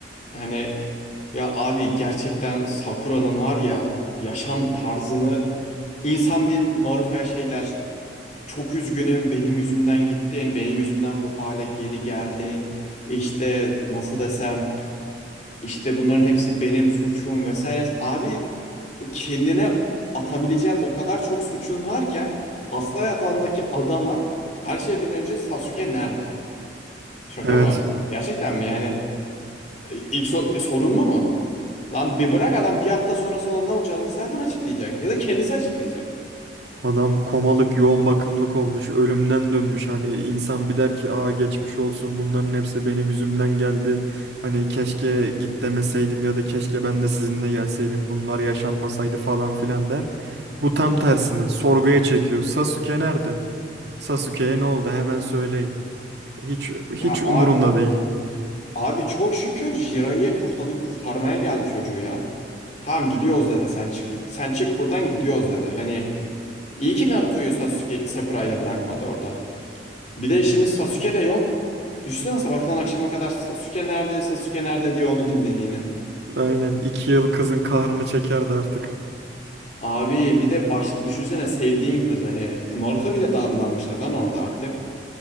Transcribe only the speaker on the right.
Evet.
Adam komalık, yoğun bakımlık olmuş, ölümden dönmüş. Hani insan bir der ki, "Aa geçmiş olsun. Bunların hepsi benim yüzümden geldi. Hani keşke git demeseydim ya da keşke ben de sizinle gelseydim. Bunlar yaşanmasaydı falan filan." der. Bu tam tersini sorguya çekiyor. Sasuke nerede? Sasuke'ye ne oldu? Hemen söyleyin. Hiç hiç
umurunda
değil.
Aynen iki yıl kızın kahrını çekerdi artık.